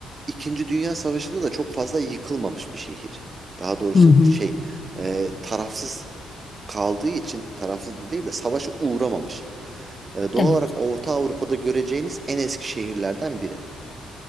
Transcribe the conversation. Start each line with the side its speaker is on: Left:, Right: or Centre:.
Right: İkinci Dünya Savaşı'nda da çok fazla yıkılmamış bir şehir. Daha doğrusu
Left: Hı hı.
Right: şey e, tarafsız kaldığı için tarafsız da değil de savaşa uğramamış. E, doğal
Left: Evet.
Right: olarak Orta Avrupa'da göreceğiniz en eski şehirlerden biri.